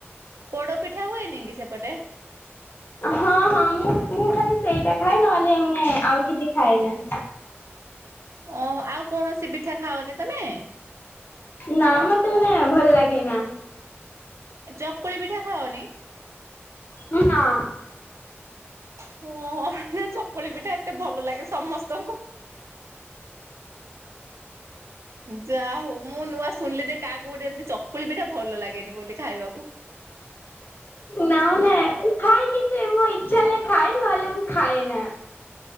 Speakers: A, on the right; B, on the left.
A: ପୋଡ ପିଠା ହୁଏନି କି ସେପଟେ?
B: ହଁ ହଁ ମୁଁ ମୁ ଖାଲି ସେଇଟା ଖାଏ ନହେଲେ ମାନେ ଆଉ କିଛି ଖାଏ ନା।
A: ଓ ଆଉ କୌଣସି ପିଠା ଖାଅନି ତମେ?
B: ନା ମତେ ମାନେ ଭଲ ଲାଗେ ନା।
A: ଚକୁଳି ପିଠା ଖାଅନି?
B: ନା।
A: ହଁ ନା ଚକୁଳି ପିଠା ଏତେ ଭଲ ଲାଗେ ସମସ୍ତଙ୍କୁ ଯା ହଉ ମୁଁ ନୂଆ ଶୁଣିଲି ଯେ କାହାକୁ ଗୋଟେ ଏମିତି ଚକୁଳି ପିଠା ଭଲ ଲାଗେନି ବୋଲି ଖାଇବାକୁ।
B: ନା ନା ଖାଏ କିନ୍ତୁ ମୁଁ ଇଚ୍ଛା ହେଲା ଖାଏ ନହେଲେ ମୁଁ ଖାଏ ନା।